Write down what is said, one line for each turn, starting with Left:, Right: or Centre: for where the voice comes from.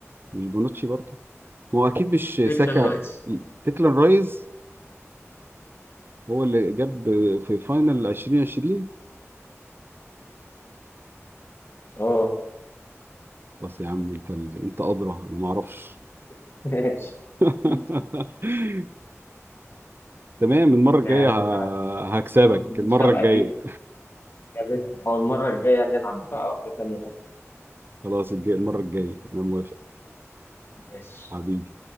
Right: مش بونوتشي برضه ما هو اكيد مش
Left: ديكلان
Right: ساكا
Left: رايس
Right: ديكلان رايز هو اللي جاب في فاينل 2020
Left: اه
Right: بس يا عم انت انت ادرى انا ما اعرفش
Left: <laughs> ماشي
Right: <laughs>
Left: يعني
Right: تمام المرة الجاية
Left: أنا
Right: ه-
Left: اتبسطت
Right: هكسبك
Left: بالمسابقة
Right: المرة الجاية
Left: دي عجبتني أول مرة الجاية نلعب بقى واحدة تانية أكتر
Right: خلاص الجاي المرة الجاية أنا موافق
Left: ماشي
Right: حبيبي